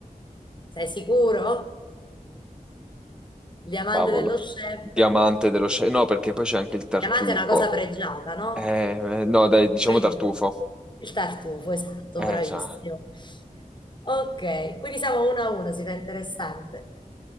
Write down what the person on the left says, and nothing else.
Sei sicuro? Il diamante
dello chef.
Il
diamante è una cosa pregiata, no?
Quindi
il tartufo, esatto,
bravissimo.
Ok, quindi siamo uno a uno, si fa interessante.